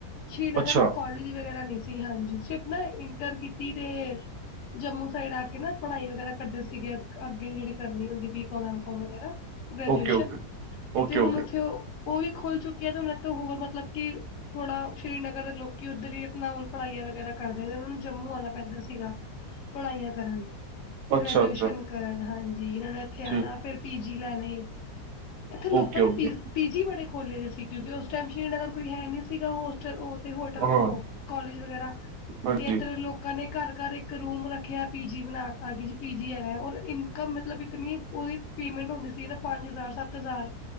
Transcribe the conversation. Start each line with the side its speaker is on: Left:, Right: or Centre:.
Left: ਸ਼੍ਰੀਨਗਰ
Right: ਅੱਛਾ
Left: ਨਾ ਕੋਲਜ ਵਗੈਰਾ ਨਈ ਹਾਂਜੀ। ਸਿਰਫ ਨਾ ਇੰਟਰ ਕੀਤੀ ਤੇ ਜੰਮੂ ਸਾਈਡ ਆ ਕੇ ਨਾ ਪੜ੍ਹਾਈ ਵਗੈਰਾ ਕਰਦੇ ਸੀਗੇ ਅਗੇ ਜੜੀ ਕਰਨੀ ਹੁੰਦੀ ਬੀ-ਕਾਮ, ਐਮ-ਕਾਮ ਵਗੈਰਾ ਗ੍ਰੈਜੂਏਸ਼ਨ
Right: ਓਕੇ ਓਕੇ ਓਕੇ
Left: ਤੇ
Right: ਓਕੇ
Left: ਹੁਣ ਓਥੇ ਓ ਉਹ ਵੀ ਖੁੱਲ ਚੁੱਕੀ ਐ ਤੇ ਉਹਨਾਂ ਤੋਂ ਹੋਰ ਮਤਲਬ ਕਿ ਥੋੜ੍ਹਾ ਸ਼੍ਰੀਨਗਰ ਦੇ ਲੋਕੀ ਉੱਧਰ ਹੀ ਆਪਣਾ ਹੁਣ ਪੜ੍ਹਾਈਆਂ ਵਗੈਰਾ ਕਰਦੇ। ਉਹਨਾਂ ਨੂੰ ਜੰਮੂ ਆਉਣਾ ਪੈਂਦਾ ਸੀਗਾ। ਪੜਾਈਆਂ ਕਰਨ।
Right: ਅੱਛਾ
Left: ਗ੍ਰੈਜੂਏਸ਼ਨ
Right: ਅੱਛਾ
Left: ਕਰਨ। ਹਾਂਜੀ ਇਹਨਾਂ ਨੇ ਇਥੇ ਆਣਾ,
Right: ਜੀ
Left: ਫਿਰ ਪੀਜੀ ਲੈਣੇ। ਇੱਥੇ ਲੋਕਾਂ
Right: ਓਕੇ
Left: ਨੇ
Right: ਓਕੇ
Left: ਪੀ-ਪੀਜੀ ਬੜੇ ਖੋਲੇ ਨੇ ਸੀ ਟੀ ਯੂ ਦੇ, ਉਸ ਟਾਈਮ ਸ੍ਰੀ ਨਗਰ ਕੋਈ ਹੈ ਨੀ ਸੀਗਾ ਹੋਸ ਚ ਉਹ ਤੇ ਹੋਟਲ
Right: ਹਾਂ
Left: ਉਹ ਕਾਲਜ ਵਗੈਰਾ
Right: ਹਾਂਜੀ
Left: ਤੇ ਇੱਧਰ ਲੋਕਾਂ ਨੇ ਘਰ-ਘਰ ਇੱਕ ਰੂਮ ਰੱਖਿਐ, ਪੀਜੀ ਬਣਾ ਤਾ ਕਿ ਪੀਜੀ ਹੈਗੈ ਔਰ ਇਨਕਮ ਮਤਲਬ ਇੱਕ ਉਹਦੀ ਪੇਮੈਂਟ ਹੁੰਦੀ ਸੀ ਨਾ ਪੰਜ ਹਜ਼ਾਰ-ਸੱਤ ਹਜ਼ਾਰ।